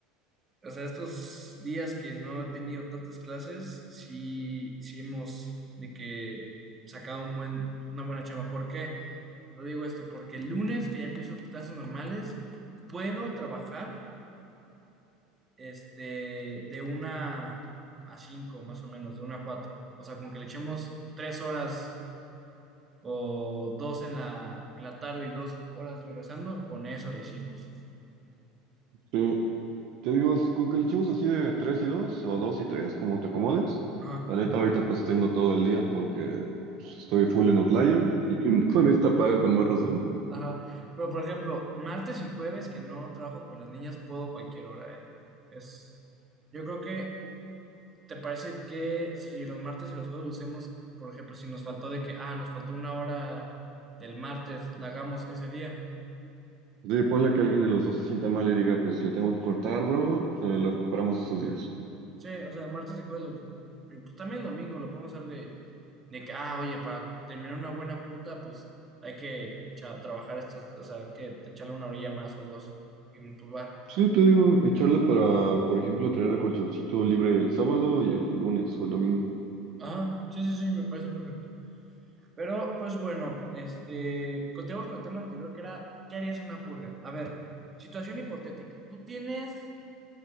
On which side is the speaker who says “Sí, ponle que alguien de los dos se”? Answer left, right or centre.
Right